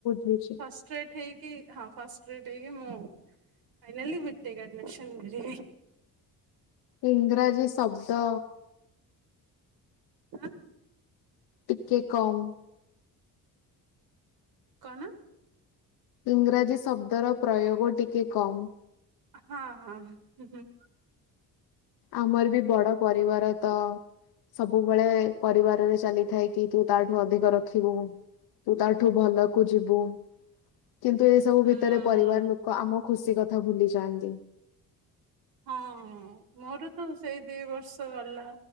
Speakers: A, on the left (about 80°); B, on the right (about 70°).
A: ବୁଝୁଛି
B: ଷ୍ଟ୍ରେଟ ହେଇକି ହଁ ଫାଷ୍ଟ୍ ଷ୍ଟ୍ରେଟ ହେଇକି ମୁ ଫାଇନାଲି ବିଟେକ୍ ଆଡମିଶନ୍ ନେଲି।
A: ଇଂରାଜୀସ୍ ଶବ୍ଦ
B: ଉଁ
A: ଟିକେ କମ୍
B: କଣ?
A: ଇଂରାଜୀ ଶବ୍ଦର ପ୍ରୟୋଗ ଟିକେ କମ୍
B: ହଁ ହଁ ହୁଁ।
A: ଆମର ବି ବଡ ପରିବାର ତ ସବୁବେଳେ ପରିବାରରେ ଚାଲିଥାଏ କି ତୁ ତାଠୁ ଅଧିକ ରଖିବୁ ତୁ ତା ଠୁ ଭଲକୁ ଯିବୁ କିନ୍ତୁ ଏ ସବୁ
B: ହୁଁ।
A: ଭିତରେ ପରିବାର ଲୋକ ଆମ ଖୁସି କଥା ଭୁଲି ଯାଆନ୍ତି।
B: ହଁ ମୋର ତ ସେଇ ଦି ବର୍ଷ ଗଲା